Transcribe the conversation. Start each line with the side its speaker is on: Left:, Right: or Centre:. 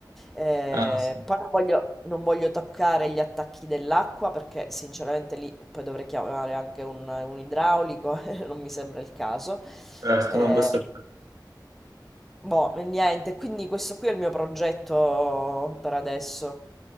Centre: Eh,
Right: Ah, sì.
Centre: poi non voglio, non voglio toccare gli attacchi dell'acqua perché sinceramente lì poi dovrei chiamare anche un un idraulico. <laughs> non mi sembra il caso.
Right: Certo,
Centre: Eh,
Right: no, questo è...
Centre: boh, e niente, quindi questo qui è il mio progetto per adesso.